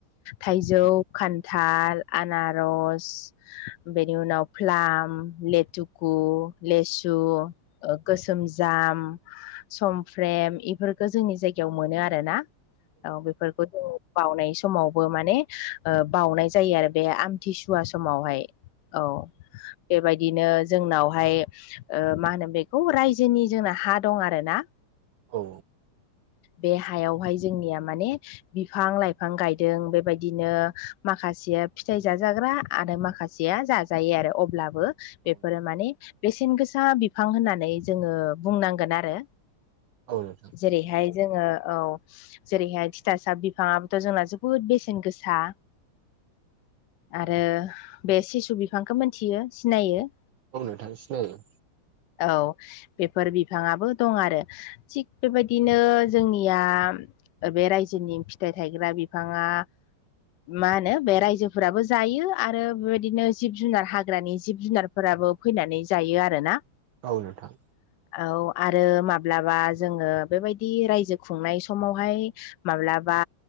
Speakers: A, on the left; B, on the right.
A: थाइजौ खान्थाल आनारस बेनि उनाव फ्लाम लेटुकु लेस सु गोसोम जाम समफ्रेम इफोरखो जोंनि जायगायाव मोनो आरोना औ बेफोर बाउनाय समावबो माने बाउनाय जायो आरो बे आमथिसुवा समावहाय औ बेबायदिनो जोंनावहाय ओ मा होनो बेखौ रायजोनि जोंना हा दं आरोना
B: औ
A: बे हायावहाय जोंनिया माने बिफां लाइफां गायदों बेबायदिनो माखासेआ फिथाइ जाजाग्रा आरो माखा जेया जाजायो आरो अब्लाबो
B: औ
A: बेफोरो माने बेसेन गोस सा फिसा बिफां होननानै जोङो बुंनांगोन आरो
B: औ नोंथां
A: जेरैहाय जोङो औ जेरैहाय थिथासा बिफाङाबोथ' जोंना जोबोद बेसेन गोसा, आरो बे सिसु बिफांखौ मिथियो सिनायो।
B: औ नोंथां सिनायो।
A: औ बेफोर बिफाङाआबो दं आरो थिग बेबायदिनो जोंनिया बे रायजोनि फिथाइ थायग्रा बिफाङा, मा होनो बे रायजोफोराबो जायो आरो बेबायदिनो जिब जुनार हाग्रानि जिब जुनार, फोराबो फैनानै जायो आरोना?
B: औ नोथां
A: औ आरो माब्लाबा जोङो बेबायदि रायजो खुंनाय समावहाय, माब्लाबा